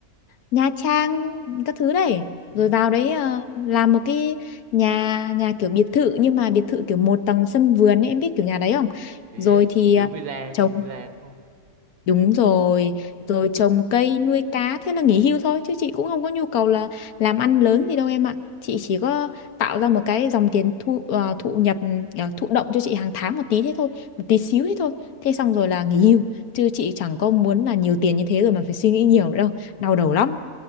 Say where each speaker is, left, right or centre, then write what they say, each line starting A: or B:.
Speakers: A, on the left; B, on the right.
A: Nha Trang các thứ đấy
B: Ừ.
A: rồi vào đấy ờ, làm một cái nhà nhà kiểu biệt thự nhưng mà biệt thự kiểu một tầng sân vườn ấy em biết kiểu nhà đấy không
B: biết
A: rồi thì
B: kiểu
A: ờ,
B: villa
A: trồng
B: kiểu villa đúng không
A: Đúng rồi, rồi trồng cây nuôi cá thế là nghỉ hưu thôi chứ chị cũng không có nhu cầu là làm ăn lớn gì đâu em ạ. Chị chỉ có tạo ra một cái dòng tiền thu ờ, thụ nhập ờ, thụ động cho chị hàng tháng một tí thế thôi, một tí xíu thế thôi. Thế xong rồi là nghỉ hưu chứ chị chẳng có muốn là nhiều tiền như thế rồi mà phải suy nghĩ nhiều nữa đâu, đau đầu lắm.